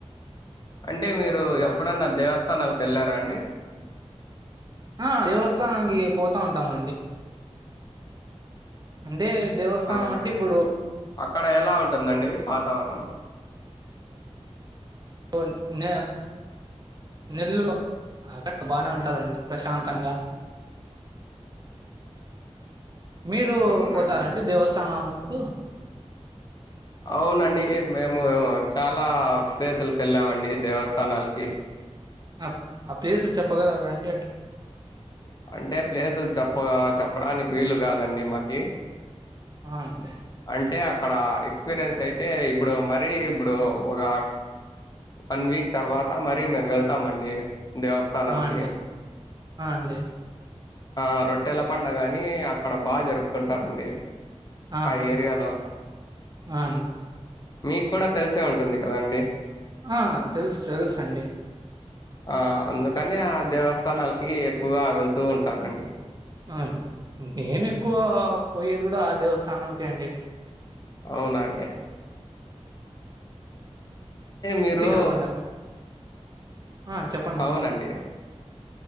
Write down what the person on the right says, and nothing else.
కూడా
ఆ దేవస్థానానికి పోతా ఉంటామండి అంటే దేవస్థానం
అంటే ఇప్పుడు
<unintelligible> నెల్లూలో బానే ఉంటాదండి ప్రశాంతంగా మీరు
పోతారండి దేవస్థానముకు
ఆ ఆ ప్లేస్ చెప్పగల రండి అట్లా
ఆహ్ అండి.
ఆ అండి ఆ అండి
అంటే
ఆహ్.
ఆహ్ తెలుసు తెలుసు అండి.
ఆహ్ నేను ఎక్కువ పోయేది కూడా ఆ దేవస్థానంకే అండి.
పీర్ల పండక్ ఆహ్ చెప్పండి.